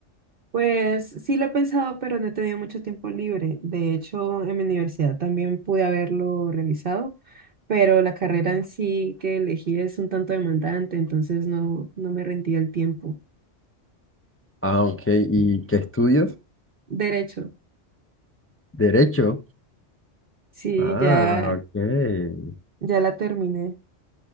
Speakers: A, on the right; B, on the left.
A: Pues sí lo he pensado, pero no he tenido mucho tiempo libre. De hecho, en mi universidad también pude haberlo realizado, pero la carrera en sí que elegí es un tanto demandante, entonces no, no me rendía el tiempo.
B: Ah, ok, ¿y qué estudias?
A: Derecho,
B: Derecho.
A: sí,
B: Ah,
A: ya,
B: ok.
A: ya la terminé.